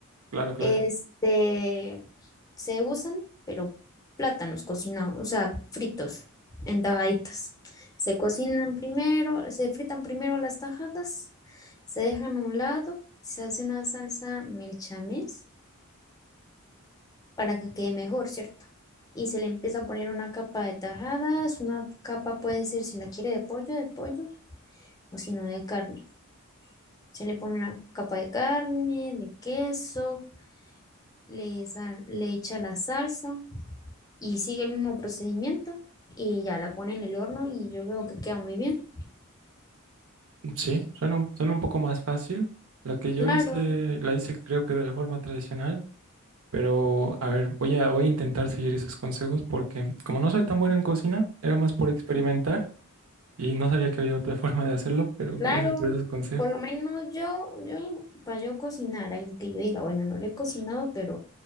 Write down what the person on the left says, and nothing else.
Este, se usan, pero plátanos cocinados, o sea, fritos en tajaditas. Se cocinan primero, se fritan primero las tajadas, se dejan a un lado, se hace una salsa melchames para que quede mejor, ¿cierto? Y se le empieza a poner una capa de tajadas, una capa puede ser si la quiere de pollo, de pollo, o si no de carne. Se le pone una capa de carne, de queso, le, sa- le echa la salsa y sigue el mismo procedimiento y ya la pone en el horno y yo veo que queda muy bien.
Claro,
claro.
Por lo menos yo, yo, para yo cocinar, algo que yo diga, bueno, no lo he cocinado, pero